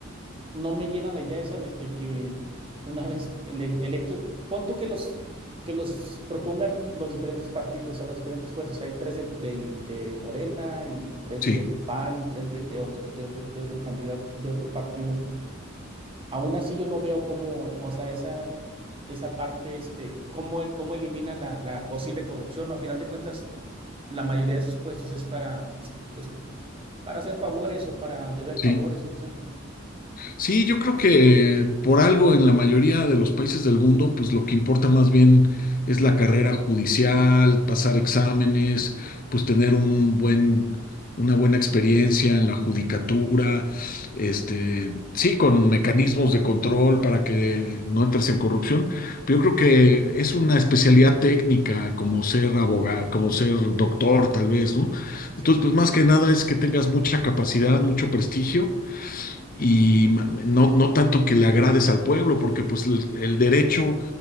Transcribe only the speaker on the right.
no me llena la idea esa de, de que una <laughs> vez ele- electos, pon tú que los, que los propongan los diferentes partidos, o sea, las diferentes fuerzas. Hay tres del, del- de Morena y tres
del PAN y tres de, de otro, de otro, de otro candidato, de otro partido. Aún así yo no veo cómo, o sea, esa, esa parte, este, cómo, cómo elimina la, la posible corrupción. A final de cuentas, la mayoría de esos puestos es para, este, pues, para hacer favores o para deber
favores, no sé.
Sí.